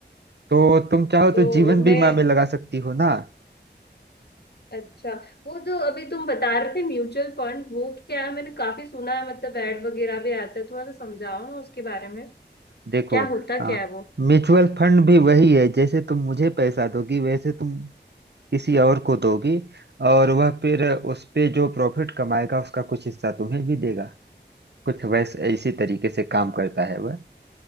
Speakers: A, on the right; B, on the left.
A: तो तुम चाहो तो
B: तो
A: जीवन बीमा
B: मैं
A: में लगा सकती हो ना
B: अच्छा वो जो अभी तुम बता रहे थे म्यूचुअल फंड वो क्या है मैंने काफी सुना है मतलब एड वगैरह भी आता है थोड़ा सा समझाओ ना उसके बारे में
A: देखो
B: क्या होता
A: आ,
B: क्या है वो
A: म्यूचुअल फंड भी वही है जैसे तुम मुझे पैसा दोगी वैसे तुम किसी और को दोगी और वह फिर उस पे जो प्रॉफिट कमाएगा उसका कुछ हिस्सा तुम्हें भी देगा कुछ वैसे इसी तरीके से काम करता है वह